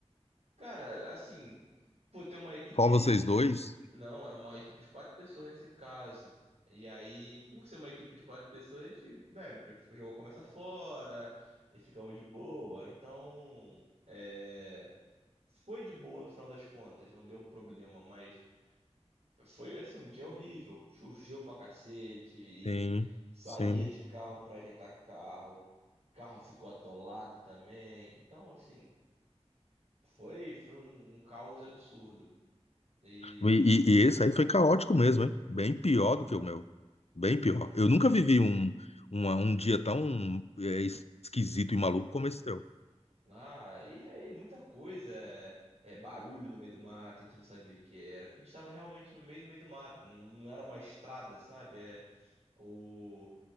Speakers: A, on the right; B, on the left.
A: Cara, assim, por ter uma equipe.
B: Só vocês dois?
A: Não, era uma equipe de quatro pessoas nesse caso. E aí, por ser uma equipe de quatro pessoas, a gente, né, jogou a conversa fora e ficamos de boa. Então, é, foi de boa no final das contas, não deu problema, mas foi assim um dia horrível. Choveu pra cacete e
B: Sim,
A: saía
B: sim.
A: de carro pra ajeitar carro. Carro ficou atolado também. Então, assim, foi foi um, um caos absurdo. E
B: E, e- e esse aí foi caótico mesmo, hein? Bem pior do que o meu. Bem pior. Eu nunca vivi um, uma- um dia tão é, esquisito e maluco como esse teu.
A: Ah, e aí, muita coisa. É, é barulho no meio do mato, a gente não sabia o que era, porque a gente estava realmente no meio, no meio do mato, não, não era uma estrada, sabe? É, o,